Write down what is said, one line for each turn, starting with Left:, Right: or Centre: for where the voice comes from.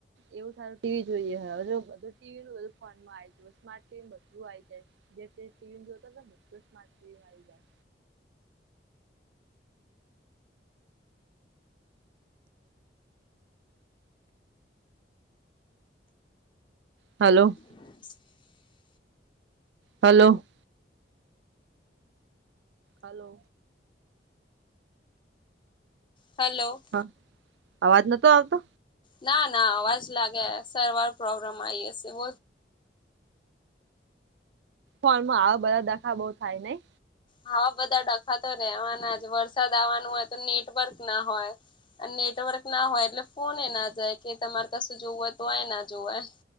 Right: એવું સારું ટીવી જોઈએ હધ ટીવી નું બધું ફોનમાં આવીમાર્ટ ટ બધું આવી જાય જે ટીવી જોને બધું સ્માર્ ટીવીન આવી જાય. હલો
Left: <inaudible>
Right: હલો હલો
Left: હલો
Right: હા અવાજ નતો આવતો
Left: ના ના અવાજ લાગે સરવાર પ્રોબ્લેમ આવી હશે બ
Right: ફોર્માં આવા બધા દખા બહુ થાય નને
Left: હવા બધા ડખાતો રહેેવાના જ વરસાદ આવવાનું હોય તો નેટવર્ક ના હોય. અને નેટવર્ક ના હોય એટલે ફોન એ ના જાય કે તમારે કશું જોવું હોય તો એ ના જોવાય.